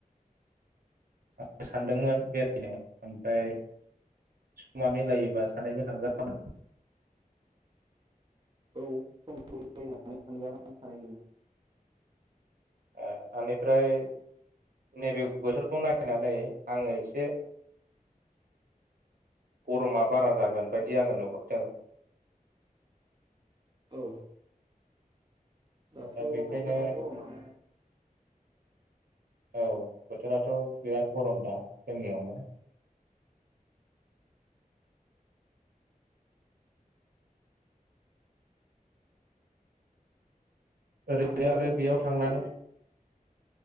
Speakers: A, on the right; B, on the right.
A: <unintelligible> सान्दोंमोन बेरायनो ओमफ्राय समा मिलायोबा सानैजों थांजागौमोन।
B: औ सम <unintelligible> सानैजोंनो
A: <unintelligible> ओमफ्राय नैबे बोथोरखौ नायनानै आङो एसे गर'मा बारा जागोन बायदि आङो नुहरदों।
B: औ दाथ'
A: दा बेखायनो
B: बोथोरा गरमानो
A: औ बोथोराथ' बिराद गरम दा जोंनियावनो। ओरैनो
B: थांजागोन
A: आरो बेयाव
B: समखौ
A: थांनानै